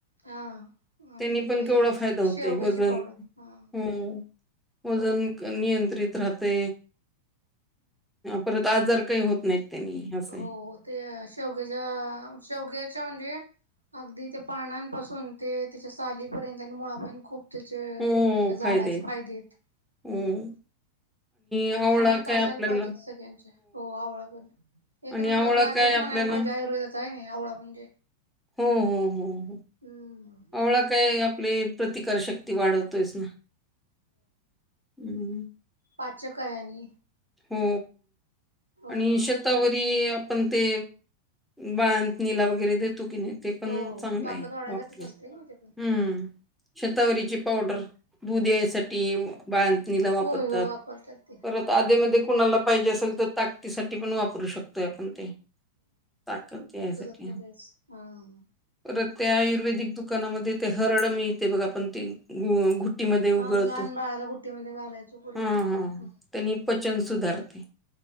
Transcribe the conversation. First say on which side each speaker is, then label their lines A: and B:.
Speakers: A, on the right; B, in the centre.
A: हा म्हणजे
B: त्यांनी पण केवढा फायदा होतोय
A: शेवग्याची
B: वजन
A: पावडर हा
B: हो वजन
A: बरोबर आहे.
B: नियंत्रित राहते परत आजार काही होत नाहीत त्यांनी असं
A: हो
B: आहे.
A: ते शेवग्याच्या शेवग्याच्या म्हणजे अगदी त्या पानांपासून ते त्याच्या सालीपर्यंत आणि मुळापर्यंत खूप त्याच्या
B: हो
A: त्या झाडाचे
B: फायदे आहेत.
A: फायदेत हम्म
B: हो आवळा
A: आणि खाण्यात
B: काय
A: असायला
B: आपल्याला
A: पाहिजे सगळ्यांच्या हो आवळबद्दल एक
B: आणि
A: नंबर
B: आवळा
A: राजाचं
B: काय आपल्याला
A: म्हणायला पाहिजे आयुर्वेदाचा नाही नाही आवळा म्हणजे
B: हो, हो, हो, हो.
A: हम्
B: आवळा काय आपले प्रतिकार शक्ती वाढवतोयच ना
A: पाचकायनी
B: हो
A: हो
B: आणि शतावरी आपण ते बाळंतनिला वगैरे देतो की नाही ते पण
A: हो
B: चांगलं
A: ताकद
B: आहे
A: वाढायसाठीच
B: वापरून
A: असते ना ते पण
B: हम्म शतावरीची पावडर
A: हो.
B: दूध यायसाठी बाळतनीला वापरतात
A: होय हो वापरतात ते
B: परत
A: होय
B: आधीमध्ये
A: मी
B: कुणाला
A: पण वापरलेली
B: पाहिजे असेल तर ताकतीसाठी पण वापरू शकतोय आपण ते ताकद यासाठी
A: लगेच हो हो.
B: तर त्या आयुर्वेदिक दुकानामध्ये ते हरड मिळते बघा पण त घुट्टीमध्ये उगळतो.
A: हा लहान बाळाला गुट्टीमध्ये घालायचो पूर्वी
B: हम हम.
A: हम्म
B: त्यांनी पचन सुधारते.